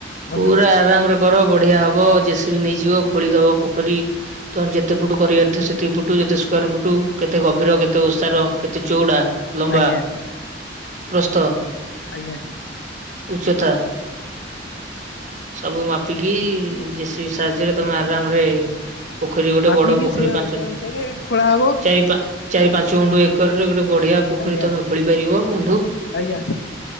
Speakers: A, on the left (about 75°); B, on the right (about 40°).
A: ବନ୍ଧୁ
B: ପୁରା ଆରାମରେ କର ବଢିଆ ହବ ଜେସିବି ନେଇଯିବ ଖୋଳିଦବ ପୋଖରୀ। ତମର ଯେତେ ଫୁଟୁ କରିବାର ଥିବ ସେତିକି ଫୁଟୁ ଯେତେ ସ୍କୋୟାର ଫୁଟୁ କେତେ ଗଭୀର କେତେ ଓଷାର କେତେ ଚଉଡା? ଲମ୍ବା,
A: ଆଜ୍ଞା
B: ପ୍ରସ୍ଥ,
A: ଆଜ୍ଞା।
B: ଉଚ୍ଚତା। ସବୁ ମାପିକି ଜେସିବି ସାହାଯ୍ୟରେ ତମେ ଆରାମରେ ପୋଖରୀ ଗୋଟେ
A: ମାପିକି
B: ବଡ ପୋଖରୀ
A: ସେ
B: ପାଞ୍ଚ
A: ସେ ଅନୁସାରେ ଖୋଳା ହବ।
B: ଚାରି ପା ଚାରି ପାଞ୍ଚ ଗୁଣ୍ଡୁ ଏକରର ଗୋଟେ ବଢିଆ ପୋଖରୀ
A: ଆଜ୍ଞା
B: ତମେ ଖୋଳି ପାରିବ ବନ୍ଧୁ।
A: ଆଜ୍ଞା।